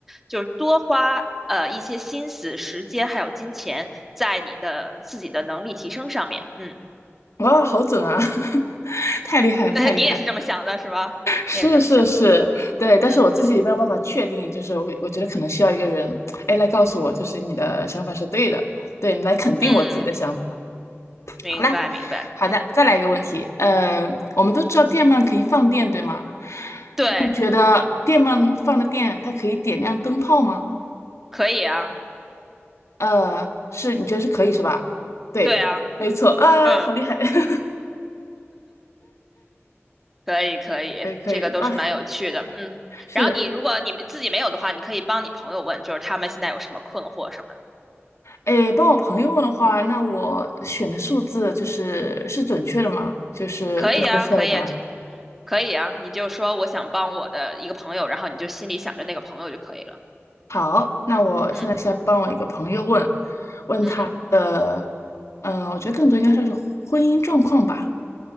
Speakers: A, in the centre; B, on the left.
A: 就是多花呃一些心思、时间还有金钱在你的自己的能力提升上面。嗯，
B: 哇，好准啊！<laughs> 太厉害了，
A: <laughs> 那你也是这么想的是吧？
B: 太厉害了是是是，
A: 你也是这么想的
B: 对，但是我自己也没有办法确定，
A: 嗯嗯
B: 就是我我觉得可能需要一个人，哎，来告诉我，就是你的想法是对的，对你来肯定我自己的想法。
A: 嗯，明白明白。
B: 好了，好的，
A: 嗯，
B: 再来一个问题，呃，我们都知道电鳗可以放电，对吗？
A: 对，
B: 那你觉得电鳗放的电，它可以点亮灯泡吗？
A: 可以啊，
B: 呃，是，你觉得是可以是吧？对，
A: 对啊，
B: 没错啊，
A: 嗯，
B: 好厉害，<laughs>
A: 可以可以，
B: 可以可以啊，
A: 这个都是蛮有趣的。嗯，
B: 是。
A: 然后你如果你自己没有的话，你可以帮你朋友问，就是他们现在有什么困惑什么的。
B: 诶，帮我朋友问的话，那我选的数字就是是准确的嘛？就是最后出来的答案。
A: 可以啊，可以啊，就可以啊，你就说我想帮我的一个朋友，然后你就心里想着那个朋友就可以了。
B: 好，那我现在是要帮我一个朋友问，
A: 嗯
B: 问他的，
A: 嗯
B: 嗯、我觉得更多应该算是婚姻状况吧。